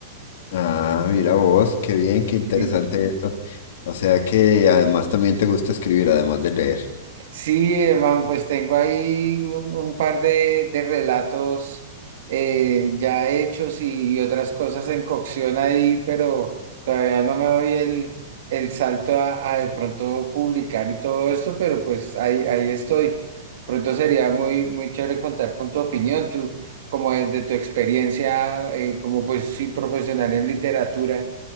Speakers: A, on the left (about 65°); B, on the right (about 65°).
A: Ah, mira vos, qué bien, qué interesante
B: ¿sí?
A: eso. O sea que además también te gusta escribir, además de leer.
B: Sí, hermano, pues tengo ahí un, un par de, de relatos eh, ya hechos y, y otras cosas en cocción ahí, pero todavía no me doy el, el salto a, a de pronto publicar y todo esto, pero pues ahí, ahí estoy. Pronto sería muy, muy chévere contar con tu opinión, tú, como de, de tu experiencia, eh, como pues sí, profesional en literatura,